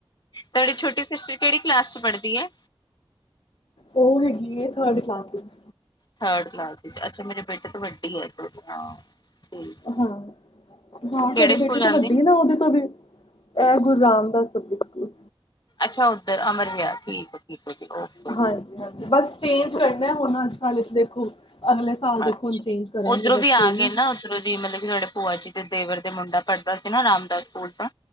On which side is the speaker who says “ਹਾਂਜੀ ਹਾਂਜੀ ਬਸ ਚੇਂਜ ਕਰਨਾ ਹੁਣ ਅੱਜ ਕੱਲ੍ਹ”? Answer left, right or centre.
Left